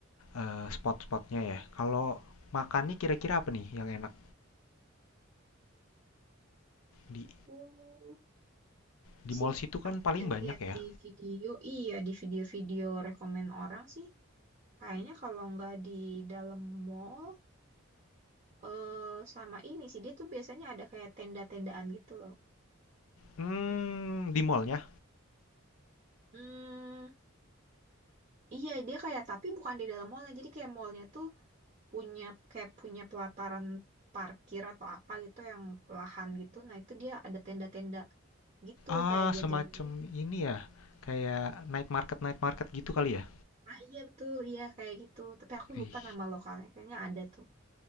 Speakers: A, on the left; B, on the right.
A: eh, spot-spotnya ya. Kalau makannya kira-kira apa nih yang enak di
B: Oh,
A: Di
B: ini
A: mall
B: sih
A: situ kan
B: aku
A: paling
B: udah
A: banyak
B: lihat
A: ya.
B: di video. Iya, di video-video rekomen orang sih. Kayaknya kalau nggak di dalam mall, eh sama ini sih. Dia tuh biasanya ada kayak tenda-tendaan gitu loh.
A: Hmm, di mallnya?
B: Hmm, Iya, dia kayak tapi bukan di dalam mallnya. Jadi kayak mallnya tuh punya kayak punya pelataran parkir atau apa gitu yang lahan gitu. Nah itu dia ada tenda-tenda gitu
A: Ah,
B: kayak jajanannya.
A: semacam ini ya. Kayak night market, night market gitu kali ya.
B: Ah iya betul, iya kayak gitu. Tapi aku
A: Wih,
B: lupa nama lokalnya. Kayaknya ada tuh.